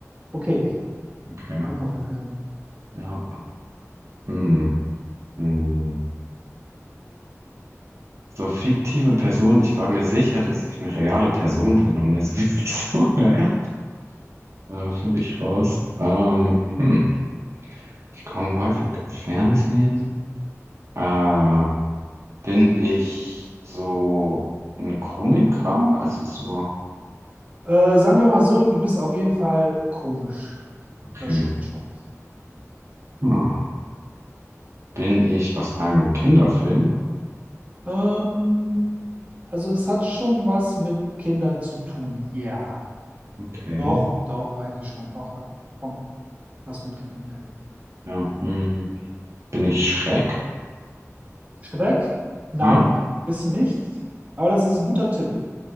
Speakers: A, on the right (about 25°); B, on the right (about 60°).
A: okay,
B: Okay,
A: habe noch fünf Minuten.
B: ja. Hm. Hm. So fiktive Person, ich war mir sicher, dass ich eine reale Person bin und jetzt bin ich so, <laughs> ja, ja. äh, völlig raus. Ähm, hm. Ich komme häufig im Fernsehen. Äh, Bin ich so ein Komiker? Also so,
A: Äh, sagen wir mal so, du bist auf jeden Fall komisch.
B: okay.
A: Das stimmt schon.
B: Hm. Bin ich aus einem Kinderfilm?
A: Ähm, also es hat schon was mit Kindern zu tun. Ja,
B: Okay.
A: doch, doch, eigentlich schon. Doch, komm, was mit Kindern. Ja.
B: Ja, hm. Bin ich Schreck?
A: Schreck? Nein,
B: Ja,
A: bist du nicht. Aber das ist ein guter Tipp.